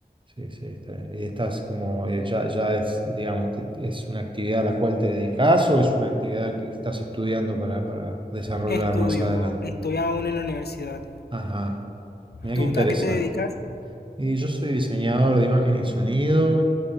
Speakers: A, on the right; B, on the left.
A: Sí, sí, está bien. Y estás como, eh, ya, ya es, digamos, te- es una actividad a la cual te dedicas o es una actividad que estás estudiando para, para desarrollar
B: Estudio,
A: más adelante.
B: estoy aún en la universidad.
A: Ajá, mira
B: ¿Tú
A: qué interesante.
B: a qué te dedicas?
A: Y yo soy diseñador de imagen y sonido